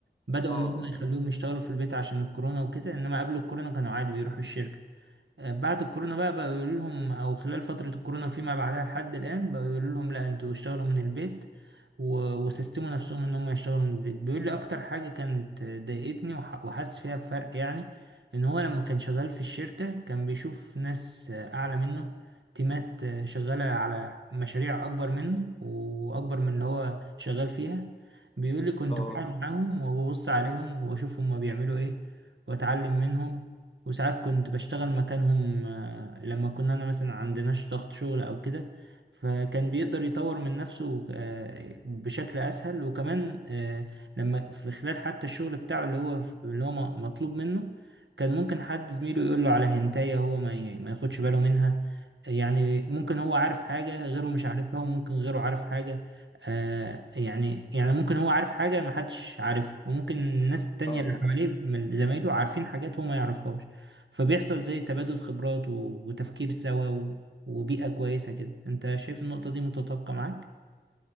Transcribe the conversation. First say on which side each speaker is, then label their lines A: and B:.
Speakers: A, on the right; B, on the left.
A: بدأوا
B: اه
A: ان هم
B: اه
A: يخلوهم يشتغلوا في البيت عشان الكورونا وكده انما قبل الكورونا كانوا عادي بيروحوا الشركة آه، بعد الكورونا بقى بقوا يقولوا لهم او خلال فترة الكورونا فيما بعدها لحد الآن بقوا يقولوا لهم لا انتوا اشتغلوا من البيت و- وسيستموا نفسهم ان هم يشتغلوا من البيت بيقول لي اكتر حاجة كانت ضايقتني وح- وحاسس فيها بفرق يعني ان هو لما كان شغال في الشركة كان بيشوف ناس آه، اعلى منه تيمات آه، شغالة على مشاريع اكبر منه واكبر من اللي هو شغال فيها بيقول لي كنت
B: اه
A: بقعد معاهم وببص عليهم واشوف هما بيعملوا ايه واتعلم منهم وساعات كنت بشتغل مكانهم آه، لما كنا أنا مثلا عندناش ضغط شغل أو كده فكان بيقدر يطور من نفسه آه، بشكل أسهل وكمان آه، لما في خلال حتى الشغل بتاعه اللي هو اللي هو م- مطلوب منه كان ممكن حد زميله يقول له على هنتاية هو ما ي- ما ياخدش باله منها يعني ممكن هو عارف حاجة غيره مش عارفها وممكن غيره عارف حاجة آه يعني يعني ممكن هو عارف حاجة محدش عارفها وممكن الناس التانية
B: اه آه.
A: اللي حواليه من زمايله عارفين حاجات هو ما يعرفهاش فبيحصل زي تبادل خبرات و- وتفكير سوا و- وبيئة كويسة كده انت شايف النقطة دي متطابقة معاك؟